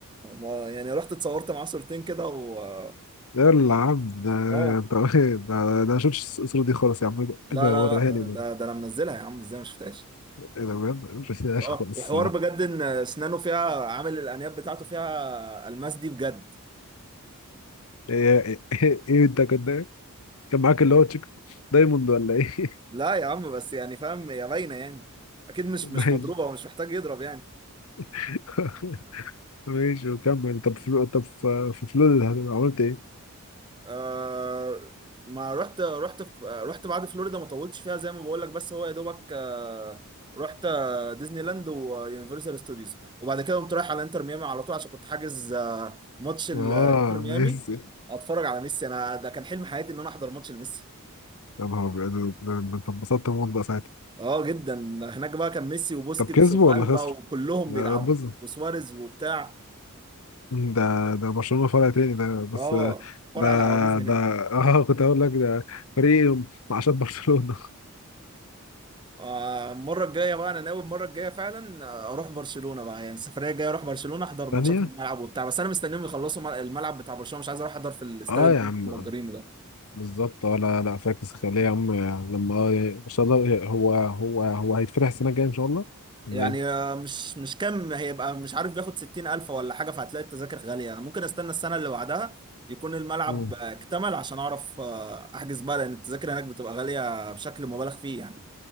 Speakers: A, on the right; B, on the left.
A: آه، يعني رحت اتصورت معاه صورتين كده و اه
B: يا العب ده
A: آه.
B: انت <laughs> ده ده ما شفتش الصورة دي خالص يا عم يبقى
A: لا
B: يبقى وريها
A: لا
B: لي بقى.
A: لا ده ده انا منزلها يا عم ازاي ما شفتهاش
B: ايه ده بجد ما شفتهاش
A: اه
B: خالص
A: وحوار
B: الصراحة
A: بجد ان اسنانه فيها عامل الانياب بتاعته فيها الماس دي بجد
B: ايه ايه ايه إيه إيه انت كنت إيه؟ كان معاك اللي هو تشيك دايموند ولا ايه؟
A: لا يا عم بس يعني فاهم يا باينه يعني اكيد مش
B: <laughs> باين
A: مش مضروبه ومش محتاج يضرب يعني
B: <laughs> ماشي وكمل طب فلو طب في في فلول عملت ايه؟
A: آه ما رحت رحت في رحت بعد فلوريدا ما طولتش فيها زي ما بقول لك بس هو يا دوبك آه رحت آه، ديزني لاند ويونيفرسال ستوديوز وبعد كده قمت رايح على انتر ميامي على طول عشان كنت حاجز آه ماتش الانتر
B: اه
A: ميامي
B: ميسي
A: اتفرج على ميسي انا ده كان حلم حياتي ان انا احضر ماتش لميسي
B: يا نهار ابيض ده ده انت انبسطت موت بقى ساعتها
A: اه جدا هناك بقى كان ميسي وبوسكيتس
B: طب كسبوا
A: والبا
B: ولا خسروا؟
A: وكلهم
B: لا،
A: بيلعبوا
B: بص
A: وسواريز وبتاع
B: مم، ده ده برشلونة فرع تاني ده بس
A: اه
B: آه،
A: فرع
B: ده
A: العواجيز هناك
B: ده اه <laughs> كنت اقول لك ده فريق معاشات برشلونة
A: آه، المره الجايه بقى انا ناوي المره الجايه فعلا آه، اروح برشلونه بقى يعني السفريه الجايه اروح برشلونه احضر ماتشات
B: <laughs> ثانية
A: في الملعب وبتاع بس انا مستنيهم يخلصوا مل- الملعب بتاع برشلونه مش عايز اروح احضر في الاستاد
B: اه
A: اللي
B: يا
A: هم
B: عم
A: مأجرينه ده
B: بالظبط اه لا لا فاكس خليه يا عم لما اه ان شاء الله هو هو هو هيتفتح السنة الجاية ان شاء الله ولا
A: يعني
B: ايه؟
A: آه، مش مش كام هيبقى مش عارف بياخد ستين ألف ولا حاجة فهتلاقي التذاكر غالية أنا ممكن استنى السنة اللي بعدها يكون الملعب
B: مم.
A: آه، اكتمل عشان أعرف آه، أحجز بقى لأن التذاكر هناك بتبقى غالية بشكل مبالغ فيه يعني